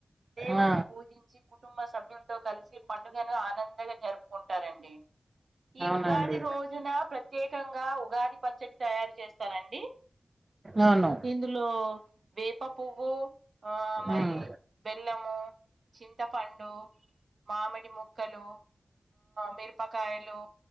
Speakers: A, on the right; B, on the right.
A: దేవుణ్ణి
B: ఆ
A: పూజించి కుటుంబ సభ్యులతో కలిసి పండుగను ఆనందంగా జరుపుకుంటారండి ఈ
B: అవునండి
A: ఉగాది రోజున ప్రతి ప్రత్యేకంగా ఉగాది పచ్చడి తయారు చేస్తారండి
B: అవును
A: ఇందులో వేప ప్వు ఆ మరి
B: ఉమ్
A: బెల్లము చింతపండు మామిడి ముక్కలు మిరపకాయలు